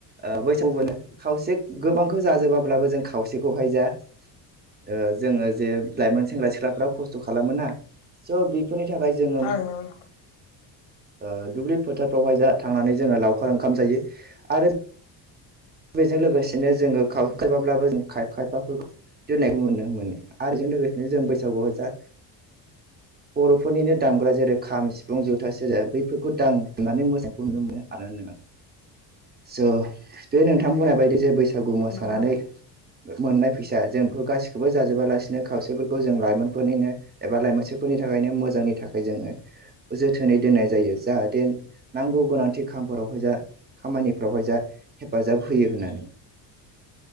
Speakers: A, on the right (about 25°); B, on the left (about 80°).
A: ओ बैसाग बो खावसे गोबांखौ जाजोबाब्लाबो जों खावसेखौहाय जा- ओ जोङो जे लाइमोन सेंग्रा सिख्लाफ्रा खस्थ खालामो ना स फोरनि थाखाय जोङो
B: उम नंगौ नोंथां
A: ओ दुब्लि फोथारफ्रावहाय जा थांनानै जोङो लाव- फोर ओंखाम जायो आरो बेजों लोगोसेनो जोङो खाव खैबाब्लाबो जों खायफा खायफाखौ दोननायखौ नुनो मोनो आरो जों लोगोसेनो जों बैसागुआव जा बर'फोरनिनो दामग्रा जेरै खाम सिफुं जुथा सेरजा बैफोरखौ दामनानै मोसानायखौ नुनो मोनो आरो ना स' बे नोंथां बुंनाय बायदि जे बैसागु मोसानानै
B: नंगौ ओं नंगौ नोंथां नंगौ नोंथां
A: मोननाय फैसा जों बेफोर गासिखौबो जाजोबालासिनो खावसेफोरखौ जों लाइमोनफोरनिनो एबा लाइमोनफोरनि थाखायनो मोजांनि थाखाय जोङो जोथोनै दोननाय जायो जाहाथे नांगौ गोनांथि खामफोर बावहाय जा खामानिफ्रावहाय जा हेफाजाब होयो होननानै